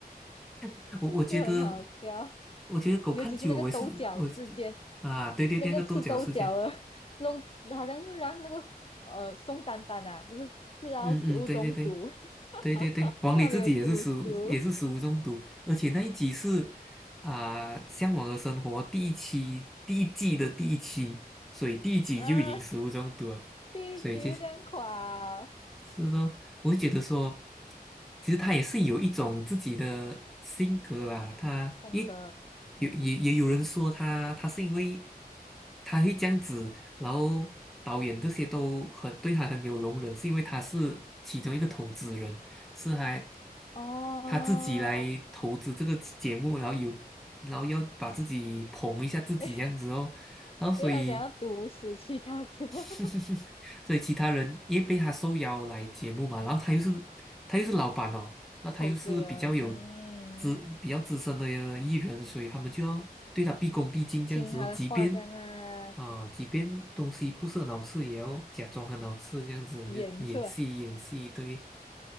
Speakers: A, in the centre; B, on the left.
A: <laughs>
B: <laughs>
A: 我我觉得
B: 就很好笑，
A: 我觉得狗看久了，
B: 尤其是那个抖角事件。
A: 我也是我啊，对对，
B: 那个吃豆角啊，
A: 那个豆角事件，
B: 弄好像就让那个呃宋丹丹啊，不是吃到食物中毒，
A: 嗯嗯，对对对对对对，
B: <laughs>
A: 黄磊自己也是食物也是食物中毒，
B: 因为他没有煮熟
A: 而且那一集是啊，向往的生活第一期第一季的第一期，所以第一集就已经食物中毒了，
B: 啊，第一集就这样垮、
A: 所以就
B: 哦，
A: 是咯，我就觉得说，其实他也是有一种自己的性格啦。他也
B: 峰哥，
A: 有也也有人说他，
B: 嗯，
A: 他是因为他会这样子，然后导演这些都很对他很有容忍，是因为他是其中一个投资人，是还
B: 哦，
A: 他自己来投资这个节目，然后有然后要把自己捧一下自己这样子哦，
B: <laughs>
A: 然后所以。
B: 因为他想要毒死其他人，<laughs>
A: <laughs> 所以其他人也被他受邀来节目嘛，然后他又是他又是老板哦，那他又是比较有
B: 投资人，嗯，
A: 资比较资深的艺人，所以他们就要对他毕恭毕敬这样子哦，
B: 听他的话这样啊，
A: 即便啊、即便东西不是很好吃，也要假装很好吃这样子，
B: 演出来
A: 就演戏演戏，对，